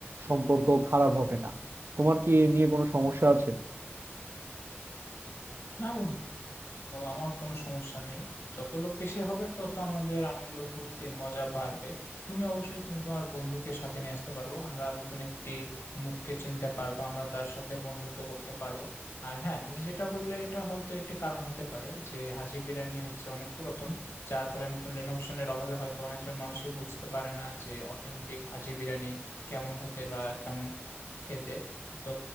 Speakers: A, on the right (about 60°); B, on the left (about 70°).
A: সম্পর্ক খারাপ হবে না তোমার কি এ নিয়ে কোনো সমস্যা আছে
B: না বন্ধু তো আমার কোনো সমস্যা নেই যত লোক বেশি হবে তত আমাদের আনন্দ ফুর্তি মজা বাড়বে তুমি অবশ্যই তুমি তোমার বন্ধুকে সাথে নিয়ে আসতে পারবো আমরা নতুন একটি মুখকে চিনতে পারবো আমরা তার সাথে বন্ধুত্ব করতে পারবো আর হ্যাঁ তুমি যেটা বললে এটা হয়তো একটি কারণ হতে পারে যে হাজি বিরিয়ানি হচ্ছে অনেক পুরাতন যার ফলে নতুন রেনোভেশনের অভাবে হয়তো অনেকজন মানুষই বুঝতে পারে না যে অথেন্টিক হাজি বিরিয়ানি কেমন হতে বা কেমন খেতে তো